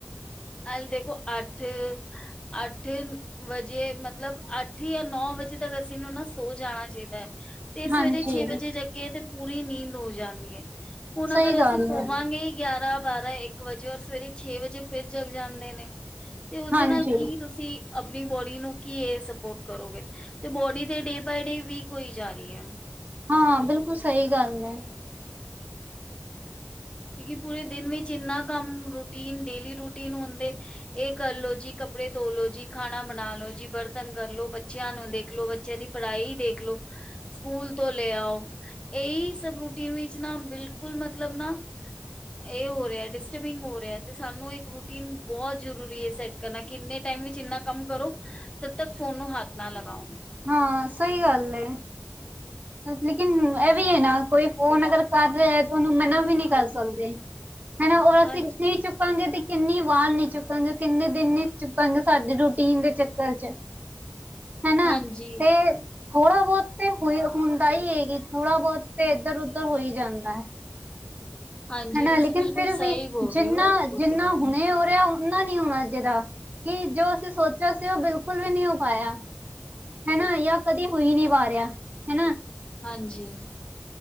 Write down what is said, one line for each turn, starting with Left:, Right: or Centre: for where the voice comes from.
Left: ਅ ਦੇਖੋ ਅੱਠ, ਅੱਠ ਵਜੇ ਮਤਲਬ ਅੱਠ ਜਾਂ ਨੌ ਵਜੇ ਤੱਕ ਅਸੀਂ ਨੂੰ ਨਾ ਸੌ ਜਾਣਾ ਚਾਹੀਦਾ ਹੈ। ਤੇ ਸਵੇਰੇ
Right: ਹਾਂਜੀ
Left: ਛੇ ਵਜੇ ਜਾੱਗੇ ਤੇ ਪੂਰੀ ਨੀਂਦ ਹੋ ਜਾਂਦੀ ਹੈ। ਹੁਣ
Right: ਸਹੀ
Left: ਅਗਰ
Right: ਗੱਲ
Left: ਅਸੀਂ ਸੋਵਾਂਗੇ
Right: ਹੈ
Left: ਗਿਆਰਾਂ, ਬਾਰਾਂ ਇੱਕ ਇੱਕ ਵਜੇ ਔਰ ਸਵੇਰੇ ਛੇ ਵਜੇ ਫਿਰ ਜਗ ਜਾਂਦੇ ਨੇ, ਤੇ ਉਸਦੇ
Right: ਹਾਂਜੀ
Left: ਨਾਲ ਕੀ ਤੁਸੀਂ ਆਪਣੀ ਬੋਡੀ ਨੂੰ ਕੀ ਇਹ ਸਪੋਰਟ ਕਰੋਗੇ। ਤੇ ਬੋਡੀ ਤੇ ਡੇ ਵੀ ਡੇ ਵੀਕ ਹੋਈ ਜਾ ਰਹੀ ਹੈ।
Right: ਹਾਂ, ਬਿਲਕੁਲ ਸਹੀ ਗੱਲ ਹੈ।
Left: ਕਿਉਂਕਿ ਪੂਰੇ ਦਿਨ ਵਿੱਚ ਇੰਨਾ ਕੰਮ, ਰੂਟੀਨ ਡੇਲੀ ਰੂਟੀਨ ਹੁੰਦੇ। ਇਹ ਕਰਲੋ ਜੀ, ਕੱਪੜੇ ਧੋਲੋ ਜੀ, ਖਾਣਾ ਬਣਾ ਲੋ ਜੀ, ਬਰਤਨ ਕਰਲੋ, ਬੱਚਿਆਂ ਨੂੰ ਦੇਖਲੋ ਬੱਚਿਆਂ ਦੀ ਪੜ੍ਹਾਈ ਹੀ ਦੇਖਲੋ ਸਕੂਲ ਤੋਂ ਲੈ ਆਓ, ਇਹੀ ਸਭ ਰੂਟੀਨ ਵਿੱਚ ਨਾ ਬਿਲਕੁਲ ਮਤਲਬ ਨਾ ਇਹ ਹੋ ਰਿਹਾ ਡਿਸਟਰਬਿੰਗ ਹੋ ਰਿਹਾ ਤੇ ਸਾਨੂੰ ਇੱਕ ਰੂਟੀਨ ਬਹੁਤ ਜ਼ਰੂਰੀ ਹੈ ਸੈੱਟ ਕਰਨਾ, ਕਿ ਇੰਨੇ ਟਾਈਮ ਵਿੱਚ ਇੰਨਾ ਕੰਮ ਕਰੋ, ਤਦ ਤੱਕ ਫੋਨ ਨੂੰ ਹੱਥ ਨਾ ਲਗਾਓ।
Right: ਹਾਂ, ਸਹੀ ਗੱਲ ਹੈ। ਲੇਕਿਨ ਇਹ ਵੀ ਹੈ ਨਾ ਕੋਈ ਫੋਨ ਅਗਰ ਕਰ ਰਿਹਾ ਹੈ, ਤਾਂ ਉਹਨੂੰ ਮਨਾ ਵੀ ਨਹੀਂ ਕਰ ਸਕਦੇ। ਹੈ ਨਾ, ਉਹ ਅਸੀਂ
Left: ਹਾਂਜੀ
Right: ਨਹੀਂ ਚੁੱਕ ਚੁੱਕਣਗੇ ਤੇ ਕਿੰਨੀ ਵਾਰ ਨੀ ਚੁੱਕਣਗੇ, ਕਿੰਨੇ ਦਿਨ ਨੀ ਚੁੱਕਣਗੇ, ਸਾਡੇ ਰੂਟੀਨ ਦੇ ਚੱਕਰ ਚ' ਹੈ ਨਾ,
Left: ਹਾਂਜੀ
Right: ਤੇ ਥੋੜਾ ਬਹੁਤ ਤੇ ਹੋਈ ਹੁੰਦਾ ਇਹ ਕਿ, ਥੋੜਾ ਬਹੁਤ ਤੇ ਇੱਧਰ ਉੱਧਰ ਹੋ ਹੀ ਜਾਂਦਾ ਹੈ।
Left: ਹਾਂਜੀ
Right: ਹੈ ਨਾ,
Left: ਤੁਸੀਂ
Right: ਲੇਕਿਨ
Left: ਬਿਲਕੁਲ
Right: ਫਿਰ
Left: ਸਹੀ
Right: ਵੀ
Left: ਬੋਲ
Right: ਜਿੰਨਾ
Left: ਰਹੇ ਹੋ ਉਹ
Right: ਜਿੰਨਾ
Left: ਤੇ ਗੱਲ
Right: ਹੁਣੇ ਹੋ ਰਿਹਾ ੳਨਾ ਨਹੀਂ ਹੋਣਾ ਚਾਈਦਾ, ਕਿ ਜੋ ਅਸੀਂ ਸੋਚਿਆ ਸੀ ਉਹ ਬਿਲਕੁਲ ਵੀ ਨਹੀਂ ਹੋ ਪਾਇਆ। ਹਨਾ ਜਾਂ ਕਦੇ ਹੋਈ ਨਹੀਂ ਵ ਰਿਹਾ, ਹਨਾ
Left: ਹਾਂਜੀ।